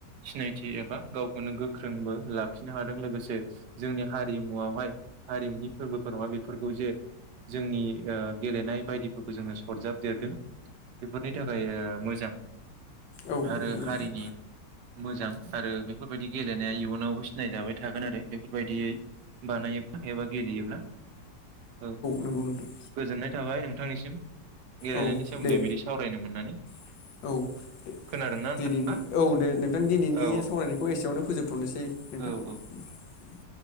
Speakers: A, on the right; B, on the left.
A: सिनायथि एबा गावखौनो गोख्रोंबो लाखिनो हादों लोगोसे जोंनि हारिमुआवहाय हारिमुनि फोरबोफोरावहाय बेफोरखौ एसे जोंनि गेलेनाय बायदिफोरखौ जोङो सरजाबदेरदों बेफोरनि थाखाय ओ मोजां
B: औ
A: आरो
B: नंगौ
A: हारिनि
B: नोंथां
A: मोजां आरो बेफोरबायदि गेलेनाया इयुनावबो सिनायजाबाय थागोन आरो बेफोरबायदियै बानायोब्ला एबा गेलेयोब्ला औ
B: नंगौ नोंथां
A: गोजोननाय थाबाय नोंथांनिसिम गेलेनायनि
B: औ
A: सोमोन्दै
B: दे
A: बिदि सावरायनो मोननानै
B: <inaudible>
A: खोनादोंना नोंथाङा औ औ औ